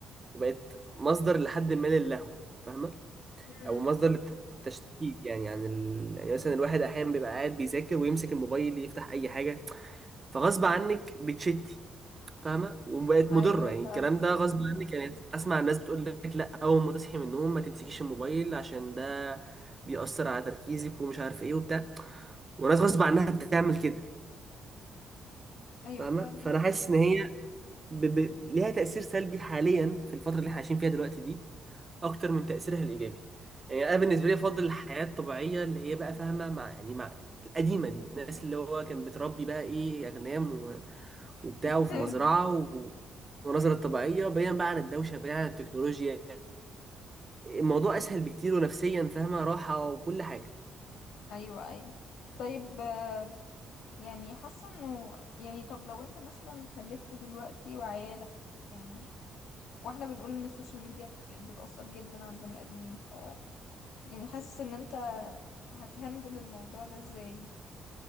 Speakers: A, on the right (about 30°); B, on the left (about 75°).
A: وبقت مصدر لحد ما للهو فاهمة
B: امم
A: او مصدر للتشتيت يعني عن ال... يعني مثلا الواحد احيانا بيبقى قاعد بيذاكر ويمسك الموبايل يفتح اي حاجة فغصب عنك بتشتي فاهمه وبقت مضره
B: ايوه
A: يعني
B: فعلا
A: الكلام ده غصب عنك يعني اسمع الناس بتقول لك لا اول ما تصحي من النوم ما تمسكيش الموبايل عشان ده بيأثر على تركيزك ومش عارف ايه وبتاع وناس غصب عنها بتعمل كده
B: ايوه
A: فاهمه
B: فعلا
A: فانا حاسس ان هي ب... ب... ليها تأثير سلبي حاليا في الفتره اللي احنا عايشين فيها دلوقتي دي اكتر من تأثيرها الايجابي يعني انا بالنسبه لي افضل الحياه الطبيعيه اللي هي بقى فاهمه مع يعني مع القديمه دي الناس اللي هو كان بتربي بقى ايه اغنام وبتاع
B: <laughs>
A: وفي مزرعة و- والمناظر الطبيعية بعيدا بقى عن الدوشة بعيدا عن التكنولوجيا الموضوع أسهل بكتير ونفسيا فاهمة راحة وكل حاجة
B: ايوه ايوه طيب آه، يعني حاسه انه يعني طب لو انت مثلا خلفت دلوقتي وعيالك يعني واحنا بنقول ان السوشيال ميديا بقت بتأثر جدا على البني ادمين ف يعني حاسس ان انت هتهندل الموضوع ده ازاي